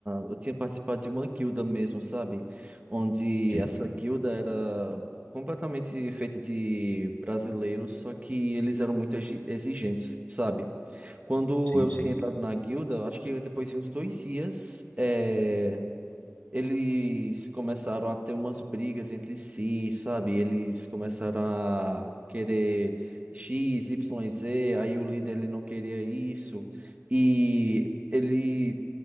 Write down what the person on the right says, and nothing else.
eu tinha participado de uma guilda mesmo, sabe? Onde
essa guilda era completamente feita de brasileiros, só que eles eram muito exi- exigentes, sabe? Quando
eu
tinha entrado na guilda, eu acho que depois de uns dois dias, eh, Eles começaram a ter umas brigas entre si, sabe? Eles começaram a querer X, Y, Z, aí o líder ele não queria isso. E ele